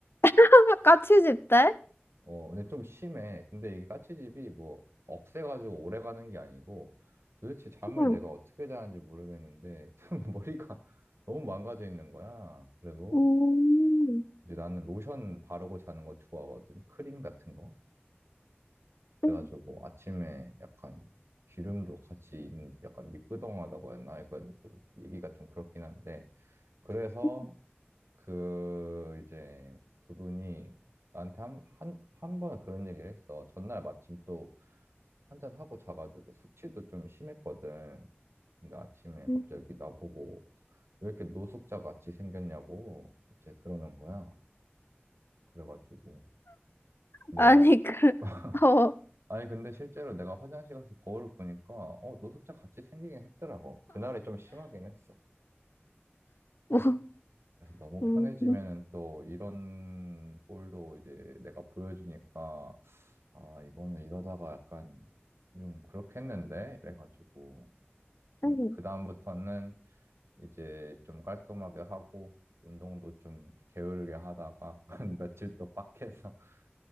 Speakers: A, on the left (about 60°); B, on the right (about 80°).
A: <laughs> 같이 집 때?
B: 어, 근데 좀 심해. 근데 이게 까치집이 뭐 억세가지고 오래 가는 게 아니고 도대체 잠을
A: 응,
B: 내가 어떻게 자는지 모르겠는데 <laughs> 좀 머리가 너무 망가져 있는 거야. 그리고
A: 응,
B: 이제 나는 로션 바르고 자는 거 좋아하거든. 크림 같은 거.
A: 응,
B: 그래가지고 아침에 약간 기름도 같이 있는지 약간 미끄덩하다고 했나? 약간 좀 얘기가 좀 그렇긴 한데. 그래서
A: 응,
B: 그 이제 그분이 나한테 한, 한, 한 번은 그런 얘기를 했어. 전날 마침 또 한 잔하고 자가지고 숙취도 좀 심했거든. 근데 아침에 갑자기
A: 응,
B: 나보고 왜 이렇게 노숙자 같이 생겼냐고 갑자기 그러는 거야. 그래가지고 내가
A: 아니 그
B: <laughs>
A: <laughs> 어.
B: 아니 근데 실제로 내가 화장실 가서 거울을 보니까 어 노숙자 같이 생기긴 했더라고. 그날이 좀 심하긴 했어.
A: <laughs>
B: 그래서 너무
A: 응,
B: 편해지면은 또 이런 꼴도 이제 내가 보여주니까 아 이거는 이러다가 약간 좀 그렇게 했는데 이래가지고 좀
A: 응.
B: 그다음부터는 이제 좀 깔끔하게 하고 운동도 좀 게으르게 하다가 <laughs> 한 며칠 또 빡해서 <laughs>